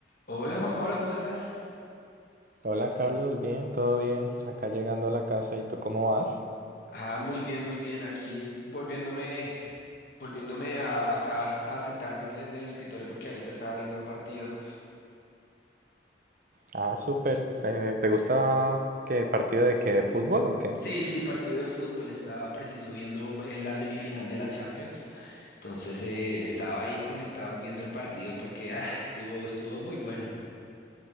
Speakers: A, on the left; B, on the right.
A: Hola Juan Pablo, ¿cómo estás?
B: Hola Carlos, bien, todo bien. Acá llegando a la casa, ¿y tú cómo vas?
A: Ah, muy bien, muy bien. Aquí volviéndome, volviéndome a, acá a sentarme en el, en el escritorio porque ahorita estaba viendo un partido.
B: Ah, súper. Eh, ¿Te, gusta qué partido de qué fútbol o qué?
A: Sí, sí, partido de fútbol. Estaba preciso viendo eh, la semifinal de la Champions. Entonces eh, estaba ahí conectado viendo el partido porque ah, estuvo, estuvo muy bueno.